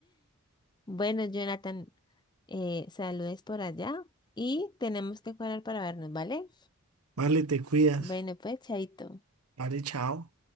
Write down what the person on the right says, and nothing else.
Vale, te cuidas.
Vale, chao.